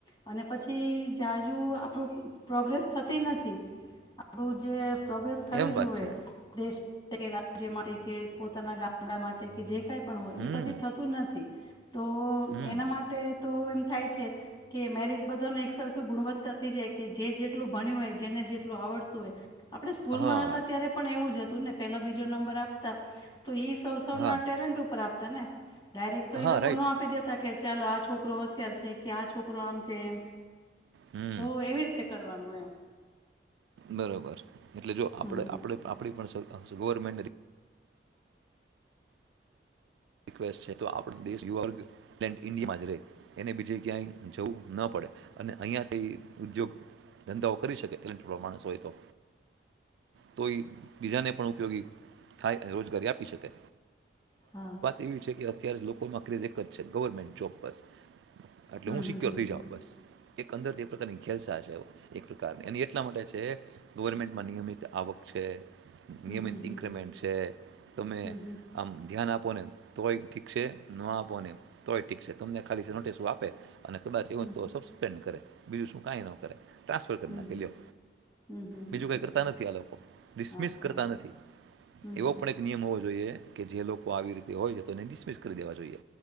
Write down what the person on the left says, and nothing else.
અને પછીજુ આપણું પ્રોગ્રેસ થતી નથી આપણું જે. પ્રોગ્રેસ થવી
જોએ.
દેશ <unintelligible> જે માટે કે પોતાના ગામડા માટે કે જે કઈ પણ હોય
એ પછી થતું નથી. તો
એના માટે તો મ થાય છે કે મેરિટ બધાને એક સરખું ગુણવત્તા થઈ જાય કે જે જેટલું ભણ્યું હોય, જેને જેટલું આવડતું હોય આપણે સ્કૂલમાં
હતા ત્યારે પણ એવું જ હ એને પેલા બીજ જો નંબર આપતા તો ઈ સૌ સૌના
ટેલેન્ટ ઉપર આ તમે? ડાયરેક્ટ તો ઈ
લોકો
નો આપી દેતા કે ચાલો આ છોકરો હોશિયાર છે કે આ છોકરો આમ છે એમ.
તો એવી રીતે કરવાનું એમ.
હમ હમ
હા.
હમ
હમ હમ
હમ
હમ
હમ
હમ હમ
હમ
હમ હમ હમ હમ હમ
હમ
હમ હમ હમ હમ હમ
હમ
હા હા
હા
હમ
હમ